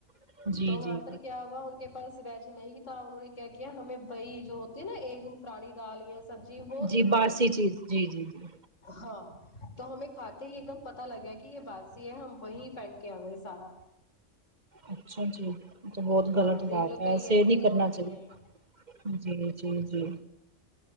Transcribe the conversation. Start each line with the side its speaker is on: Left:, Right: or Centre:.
Right: جی
Left: تو
Right: جی
Left: وہاں
Right: جی
Left: پر کیا ہوا ان کے پاس ویج نہیں تھا انہوں نے کیا کیا ہمیں وہی جو ہوتی ہے نا ایک دن پرانی دال یا سبزی وہ
Right: جی
Left: دی انہوں
Right: باسی
Left: نے
Right: چیز جی جی جی
Left: ہاں تو ہمیں کھاتے ہی ایک دم پتا لگ گیا کہ یہ باسی ہے ہم وہیں پھینک کے آ گئے سارا
Right: اچھا جی تو بہت
Left: ہاں
Right: غلط
Left: دیکھ
Right: بات
Left: لو
Right: ہے
Left: کئی
Right: ایسے نی
Left: لوگ
Right: کرنا
Left: بھی
Right: چاہیے
Left: ہیں
Right: جی جی جی